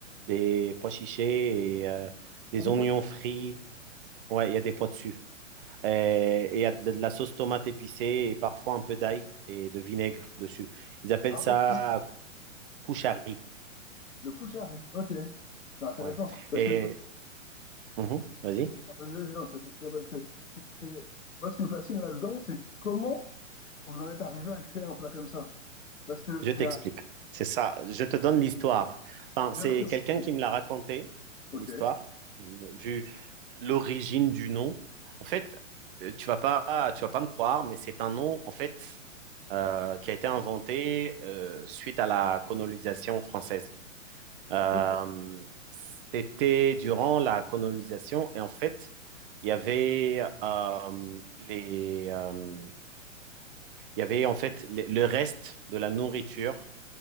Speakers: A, on the right; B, on the left.
A: des pois chichés et euh, des
B: Ah, des
A: oignons
B: poissons.
A: frits. Ouais, il y a des pois dessus. Euh, et il y a de, de la sauce tomate épicée et parfois un peu d'ail et de vinaigre dessus. Ils appellent
B: Ah
A: ça
B: ouais, si.
A: kouchari.
B: Le couchari. Ok. C'est intéressant.
A: Ouais.
B: Parce
A: Et
B: que,
A: Mhm, vas-y,
B: Vas-y, non, c'est- c'est- c'est- ce qui est- moi, ce qui me fascine là-dedans, c'est comment vous en êtes arrivé à créer un plat comme ça. Parce que,
A: je t'explique.
B: il y a,
A: C'est ça, je te donne l'histoire. Enfin,
B: bien
A: c'est
B: sûr.
A: quelqu'un qui me l'a raconté,
B: Ok.
A: l'histoire, vu l'origine du nom. En fait, euh, tu vas pas, tu vas pas me croire, mais c'est un nom, en fait, euh, qui a été inventé euh, suite à la colonisation française. Euh,
B: Ok.
A: c'était durant la colonisation et en fait, il y avait euh, les, euh, il y avait en fait le le reste de la nourriture